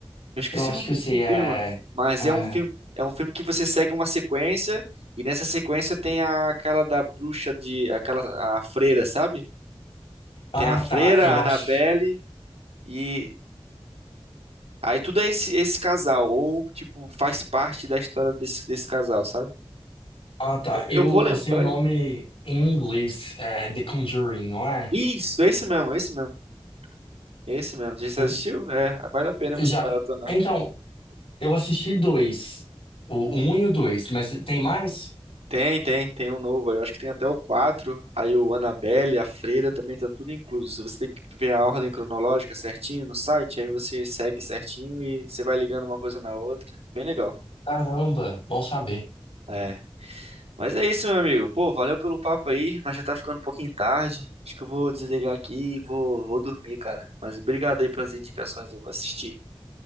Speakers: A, on the right (about 80°); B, on the left (about 65°).
A: Eu esqueci
B: eu acho
A: o nome
B: que
A: desse
B: eu sei, é...
A: filme, mano, mas
B: é...
A: é um filme, é um filme que você segue uma sequência e nessa sequência tem a, aquela da bruxa de, aquela a freira, sabe?
B: Ah,
A: Tem a freira,
B: tá, eu
A: a Annabelle
B: acho...
A: e aí tudo é esse esse casal ou tipo faz parte da história desse desse casal, sabe?
B: Ah, tá,
A: Eu,
B: eu,
A: eu vou lembrar.
B: eu sei o nome
A: eu-
B: em inglês, é The Conjuring, não é?
A: Isso, é esse mesmo, é esse mesmo. É esse mesmo. Já
B: Em-
A: assistiu? É, vale a pena
B: Já...
A: você maratonar.
B: Então, Eu assisti dois, o um e o dois, mas tem mais?
A: Tem, tem, tem um novo aí. Eu acho que tem até o 4. Aí o Annabelle, a Freira também tá tudo incluso. Você tem que ver a ordem cronológica certinho no site, aí você segue certinho e você vai ligando uma coisa na outra. Bem legal.
B: Caramba, bom saber.
A: É. Mas é isso, meu amigo. Pô, valeu pelo papo aí, mas já tá ficando um pouquinho tarde. Acho que eu vou desligar aqui e vou, vou dormir, cara. Mas obrigado aí pelas indicações, eu vou assistir.